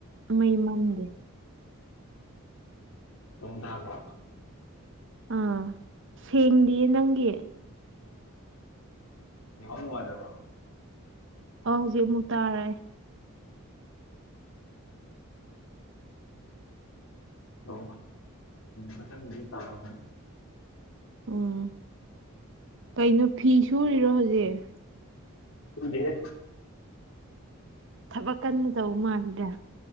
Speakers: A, on the right; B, on the left.
A: ꯃꯩ ꯃꯝꯗꯦ
B: ꯇ ꯇꯥꯕꯣ
A: ꯑꯥ ꯁꯦꯡꯗꯤꯌꯦ ꯅꯪꯒꯤ
B: ꯏ ꯋꯥꯅ ꯋꯥꯗꯕꯣ
A: ꯑ ꯍꯧꯖꯤꯛ ꯑꯃꯨꯛ ꯇꯥꯔꯦ
B: ꯅ ꯐꯖꯪꯗꯤ ꯇꯥꯗꯅ
A: ꯎꯝ ꯀꯩꯅꯣ ꯐꯤ ꯁꯨꯔꯤꯔꯣ ꯍꯧꯖꯤꯛ
B: ꯍꯗꯦꯁ
A: ꯊꯕꯛ ꯀꯟꯅ ꯇꯧ ꯃꯥꯜꯜꯂꯤꯗ